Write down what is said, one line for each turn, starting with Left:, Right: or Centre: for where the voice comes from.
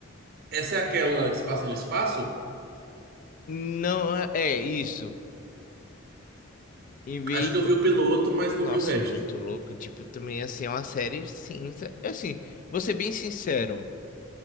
Right: Essa é aquela que se passa no espaço?
Left: Não, é é isso. Invasion.
Right: Acho que eu vi o piloto, mas não
Left: Nossa,
Right: vi o resto.
Left: é muito louco. Tipo, também, assim, é uma série cinza. Assim, vou ser bem sincero.